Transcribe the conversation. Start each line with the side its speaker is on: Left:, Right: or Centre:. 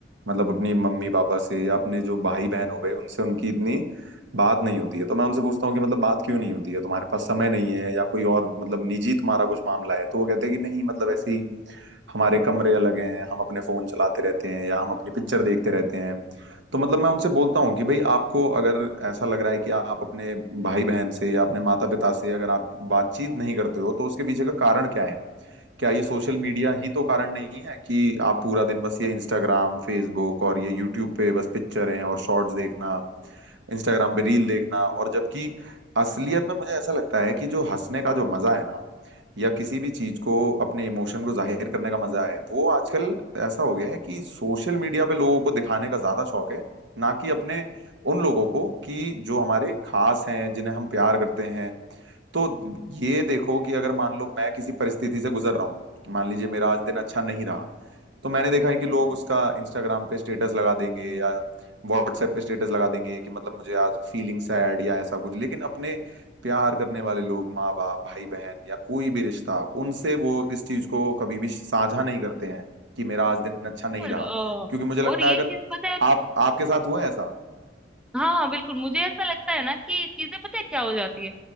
Right: मतलब अपनी मम्मी पापा से या अपने जो भाई बहन हो गए उनसे उनकी इतनी बात नहीं होती है तो मैं उनसे पूछता हूँ कि मतलब बात क्यों नहीं होती है तुम्हारे पास समय नहीं है या कोई और मतलब निजी तुम्हारा कुछ मामला है तो वो कहते हैं कि नहीं मतलब ऐसे ही हमारे कमरे अलग हैं हम अपने फोन चलाते रहते हैं या हम अपनी पिक्चर देखते रहते हैं तो मतलब मैं उनसे बोलता हूँ कि भाई आपको अगर ऐसा लग रहा है कि आप अपने भाई बहन से या अपने माता पिता से अगर आप बातचीत नहीं करते हो तो उसके पीछे का कारण क्या है क्या ये सोशल मीडिया ही तो कारण नहीं है कि आप पूरा दिन बस ये इंस्टाग्राम फेसबुक और ये यूट्यूब पे बस पिक्चर हैं और शॉर्ट्स देखना इंस्टाग्राम पे रील देखना और जबकि असलियत में मुझे ऐसा लगता है कि जो हंसने का जो मजा है ना या किसी भी चीज को अपने इमोशन को जाहिर करने का मजा है वो आजकल ऐसा हो गया है कि सोशल मीडिया पे लोगों को दिखाने का ज्यादा शौक है ना कि अपने उन लोगों को कि जो हमारे खास हैं जिन्हें हम प्यार करते हैं तो ये देखो कि अगर मान लो मैं किसी परिस्थिति से गुजर रहा हूँ मान लीजिए मेरा आज दिन अच्छा नहीं रहा तो मैंने देखा है कि लोग उसका इंस्टाग्राम पे स्टेटस लगा देंगे या व्हाट्सएप पे स्टेटस लगा देंगे कि मतलब मुझे आज फीलिंग सैड या ऐसा कुछ लेकिन अपने प्यार करने वाले लोग माँ बाप भाई बहन या कोई भी रिश्ता उनसे वो इस चीज को कभी भी साझा नहीं करते हैं कि मेरा आज दिन अच्छा नहीं
Centre: बिल्कुल
Right: रहा
Centre: अ,
Right: क्योंकि मुझे लगता
Centre: और ये
Right: है अगर
Centre: चीज पता है
Right: आप आपके साथ हुआ है ऐसा
Centre: हाँ हाँ बिल्कुल मुझे ऐसा लगता है ना कि चीजें पता है क्या हो जाती है